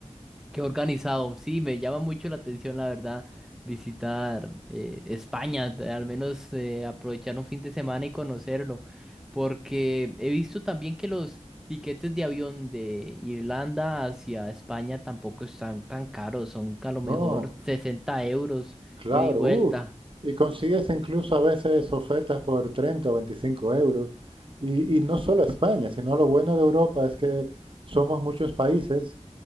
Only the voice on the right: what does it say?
No,
claro,
uff. Y consigues incluso a veces ofertas por 30 o 25 euros. Y, y no solo España, sino lo bueno de Europa es que somos muchos países